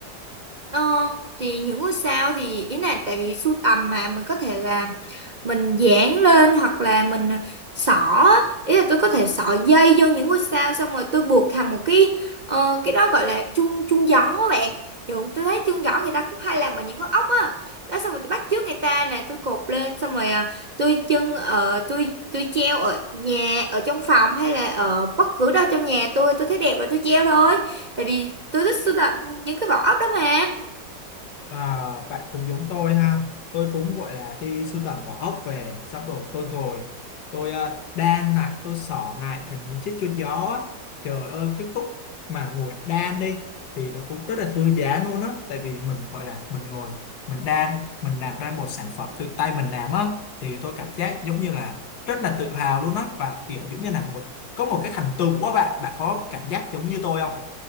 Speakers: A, on the right; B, on the left.
A: Ờ, thì những ngôi sao thì ý là tại vì sưu tầm mà mình có thể là mình dán lên hoặc là mình xỏ á. ý là tôi có thể xỏ dây vô những ngôi sao xong rồi tôi buộc thành một cái ờ, cái đó gọi là chuông chuông gió á bạn kiểu tôi thấy chuông gió người ta cũng hay làm bằng những con ốc á đó xong rồi tôi bắt chước người ta là tôi cột lên xong rồi à, tôi chân ở tôi tôi treo ở nhà ở trong phòng hay là ở bất cứ đâu trong nhà tôi tôi thấy đẹp là tôi treo thôi tại vì tôi thích sưu tầm những cái vỏ ốc đó mà
B: À, bạn cũng giống tôi ha tôi cũng gọi là đi sưu tầm vỏ ốc về xong rồi tôi ngồi tôi ờ, đan lại tôi xỏ lại thành những chiếc chuông gió á trời ơi cái khúc mà ngồi đan đi thì nó cũng rất là thư giãn luôn á tại vì mình gọi là mình ngồi mình đan mình làm ra một sản phẩm tự tay mình làm á thì tôi cảm giác giống như là rất là tự hào luôn á và kiểu giống như là một có một cái thành tựu á bạn bạn có cảm giác giống như tôi không